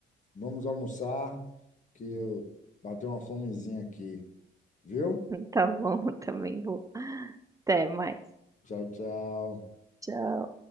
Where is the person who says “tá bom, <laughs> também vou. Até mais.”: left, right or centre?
Right